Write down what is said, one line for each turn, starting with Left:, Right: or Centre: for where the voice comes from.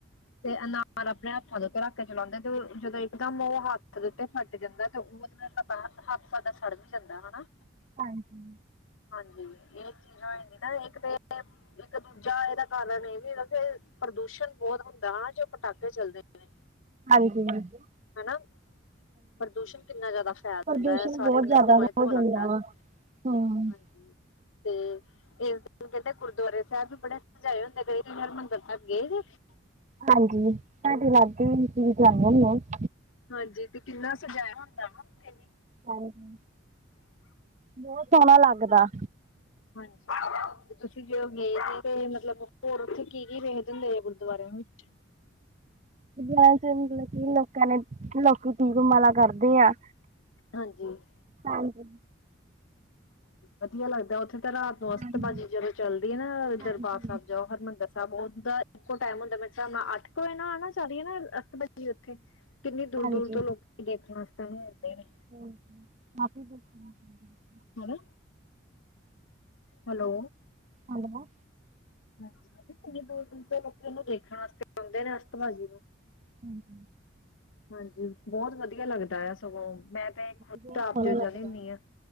Left: ਤੇ ਅਨਾਰ ਆਪਣੇ ਹੱਥਾਂ ਦੇ ਉੱਤੇ ਰੱਖ ਕੇ ਚਲਾਉਂਦੇ ਤੇ ਉਹ ਜਦੋਂ। ਇਕਦਮ ਉਹ ਹੱਥ ਦੇ ਉੱਤੇ ਫੱਟ ਜਾਂਦਾ ਤੇ ਉਹ ਉਸ ਨਾਲ ਸਾਡਾ ਹੱਥ ਸੜ ਵੀ ਜਾਂਦਾ ਹੈ ਹਨਾ।
Right: ਹਾਂਜੀ।
Left: ਹਾਂਜੀ ਇਹ ਚੀਜ਼ ਹੋ ਜਾਂਦੀ ਹੈ। ਨਾ ਇੱਕ ਤੇ। ਇੱਕ ਦੂਜਾ ਇਹਦਾ ਕਾਰਨ ਇਹ ਵੀ ਕੇ ਪ੍ਰਦੂਸ਼ਣ ਬਹੁਤ ਹੁੰਦਾ ਹਨਾ ਜੋ ਪਟਾਕੇ ਚੱਲਦੇ ਨੇ।
Right: ਹਾਂਜੀ ਹਾਂਜੀ।
Left: ਹਨਾ ਪ੍ਰਦੂਸ਼ਣ ਕਿੰਨਾ ਜ਼ਿਆਦਾ ਫੈਲ
Right: ਪ੍ਰਦੂਸ਼ਣ
Left: ਜਾਂਦਾ ਹੈ। ਸਾਰੇ
Right: ਬਹੁਤ
Left: ਬੰਨੇ
Right: ਜ਼ਿਆਦਾ
Left: ਧੂੰਆਂ
Right: ਹੋ
Left: ਹੀ ਧੂੰਆਂ
Right: ਜਾਂਦਾ
Left: ਲੱਗਦਾ ਹੈ।
Right: ਵਾ ਹਮ
Left: ਹਾਂਜੀ ਤੇ। ਇਸ ਦਿਨ ਕਹਿੰਦੇ ਗੁਰਦੁਆਰੇ ਸਾਹਿਬ ਵੀ ਬੜੇ ਸਜਾਏ ਹੁੰਦੇ ਕਈ ਕਈ ਵਾਰ ਹਰਿਮੰਦਰ ਸਾਹਿਬ ਗਏ ਸੀ।
Right: ਹਾਂਜੀ ਸਾਡੇ ਲਾਗੇ ਆ ਅਸੀਂ ਵੀ ਜਾਣੇ ਹੁਣੇ ਹਾਂ।
Left: ਹਾਂਜੀ ਤੇ ਕਿੰਨਾ ਸਜਾਇਆ ਹੁੰਦਾ ਹਨਾ ਉੱਥੇ ਵੀ।
Right: ਹਾਂਜੀ ਬਹੁਤ ਸੋਹਣਾ ਲੱਗਦਾ।
Left: ਹਾਂਜੀ ਤੇ ਤੁਸੀਂ ਜਦੋਂ ਗਏ ਸੀਗੇ ਮਤਲਬ ਹੋਰ ਉੱਥੇ ਕੀ ਕੀ ਵੇਖਦੇ ਹੁੰਦੇ ਆ ਗੁਰਦੁਆਰਿਆਂ ਦੇ ਵਿੱਚ।
Right: ਇਸ ਦਿਨ ਮਤਲਬ ਕਿ ਲੋਕਾਂ ਨੇ ਲੋਕ ਦੀਪਮਾਲਾ ਕਰਦੇ ਆ।
Left: ਹਾਂਜੀ, ਹੁਣ
Right: ਹਾਂਜੀ,
Left: ਵਧੀਆ ਲੱਗਦਾ ਉੱਥੇ ਤਾਂ ਰਾਤ ਨੂੰ ਅਸਤਬਾਜੀ
Right: ਹਾਂਜੀ
Left: ਜਦੋਂ ਚਲਦੀ ਆ ਨਾ
Right: ਹਾਂਜੀ
Left: ਦਰਬਾਰ ਸਾਹਿਬ ਜਾਓ ਹਰਿਮੰਦਰ ਇੱਕੋ ਟਾਈਮ ਹੁੰਦਾ, ਮੇਰੇ ਅੱਠ ਕੁ ਵ ਆਣਾ ਚੱਲਦੀਏ ਨਾਸ ਉੱਥੇ ਕਿੰਨੀ ਦੂਰ-ਦੂਰ
Right: ਹਾਂਜੀ
Left: ਤੋਂ ਲੋਕ ਦੇਖਣ ਵਾਸਤੇ ਆਦੇ ਨੇ,
Right: ਮ
Left: ਹੈ ਹੈਲੋ,
Right: ਹੈਲੋ,
Left: ਹਾਂਜੀ ਮੈਂ ਕਿੰਨੀ ਦੂਰ ਦੂਰ ਤੇ ਲੋਕ ਇਹਨੂੰ ਦੇਖਣ ਵਾਸਤੇ ਆਉਂਦੇ ਨੇ ਅਸਤਵਾਜੀ ਨੂੰ।
Right: ਹਾਂਜੀ,
Left: ਹਾਂਜੀ, ਬਹੁਤ ਵਧੀਆ ਲੱਗਦਾ ਆ ਸਗੋਂ ਮੈਂ ਤਾਂ ਖੁਦ
Right: ਬਹੁਤ
Left: ਤਾਂ
Right: ਸੋਹਣਾ
Left: ਆਪ ਜ ਜਾਂਦੀ
Right: ਲੱਗਦਾ
Left: ਹੁੰਦੀ ਹਾਂ।